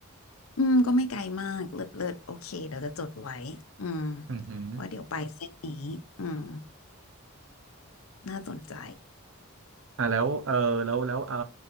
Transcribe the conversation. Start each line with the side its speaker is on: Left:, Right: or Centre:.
Left: อืม ก็ไม่ไกลมากเลิศเลิศโอเคเดี๋ยวจะจดไว้อืม
Right: อือหือ
Left: ว่าเดี๋ยวไปเส้นนี้อืมน่าสนใจ
Right: อ่าแล้วเออแล้วแล้วเออ